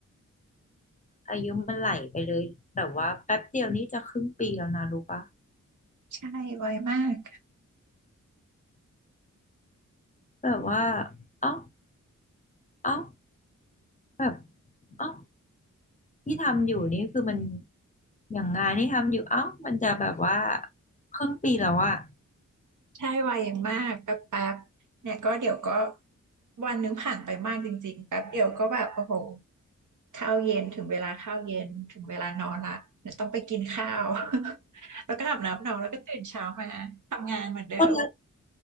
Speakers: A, on the left; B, on the right.
A: อายุมันไหลไปเลยแบบว่าแป๊บเดียวนี่จะครึ่งปีแล้วนะรู้ปะ
B: ใช่ไวมาก
A: แบบว่าเอ้าเอ้าแบบเอ้าที่ทำอยู่นี่คือมันอย่างงานที่ทำอยู่เอ้ามันจะแบบว่าครึ่งปีแล้วอะ
B: ใช่ไวมากแป๊บแป๊บเนี่ยก็เดี๋ยวก็วันนึงผ่านไปมากจริงๆแป๊บเดียวก็แบบโอ้โหข้าวเย็นถึงเวลาข้าวเย็นถึงเวลานอนละเนี่ยต้องไปกินข้าว <laughs> แล้วก็อาบน้ำนอนแล้วก็ตื่นเช้ามาทำงานเหมือนเดิม
A: เออแล้ว